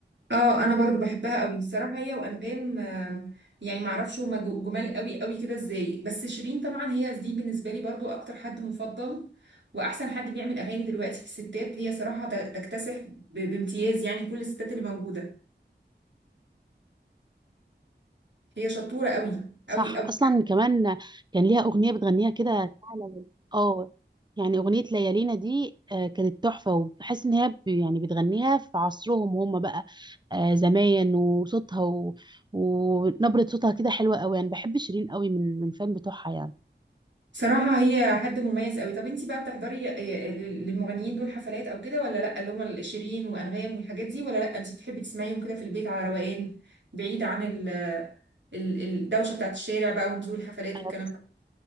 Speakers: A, on the right; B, on the right.
A: اه انا برضو بحبها قوي الصراحه هي وانغام آه، يعني معرفش هما جو- جمال قوي قوي كده ازاي بس شيرين طبعا هي دي بالنسبه لي برضو اكتر حد مفضل واحسن حد بيعمل اغاني دلوقتي في الستات هي صراحه ت- تكتسح ب- بامتياز يعني كل الستات اللي موجوده هي شطوره قوي
B: صح
A: قوي قوي
B: اصلا كمان كان ليها اغنيه بتغنيها كده فعلا اه يعني اغنيه ليالينا دي آه، كانت تحفه وبحس ان هي ب- يعني بتغنيها في عصرهم هم بقى آه، زمان وصوتها و... ونبره صوتها كده حلوه قوي يعني بحب شيرين قوي من من فان بتوعها يعني
A: صراحة هي حد مميز قوي طب انتي بقى بتحضري آه، لل- للمغنيين دول حفلات او كده ولا لا اللي هم شيرين وانغام والحاجات دي ولا لا انتي بتحبي تسمعيهم كده في البيت على روقان بعيد عن ال ال- الدوشة بتاعت الشارع بقى ونزول الحفلات
B: أنا
A: والكلام
B: بص-
A: ده